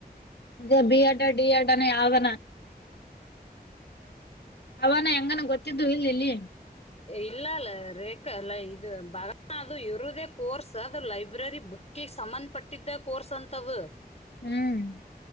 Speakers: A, on the left; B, on the left.
A: ಅ ಬಿ ಎಡ್ ಡಿಯಡಾನ ಯಾವ್ದಾನ ಅವಾನ ಹೆಂಗನ ಗೊತ್ತಿದ್ದು ಇಲ್ಲ ಇಲ್ಲಿ
B: ಇಲ್ಲ ಅಲ್ಲ ರೇಖಾಲ್ಲ ಇದು ಬ ಅದು ಇರುದೇ ಕೋರ್ಸ್ ಅದು ಲೈಬ್ರರಿ ಬುಕ್ ಕ ಸಂಬಂಧ ಪಟ್ಟಿದ್ದ ಕೋರ್ಸ್ ಅಂತವು
A: ಹ್ಮ್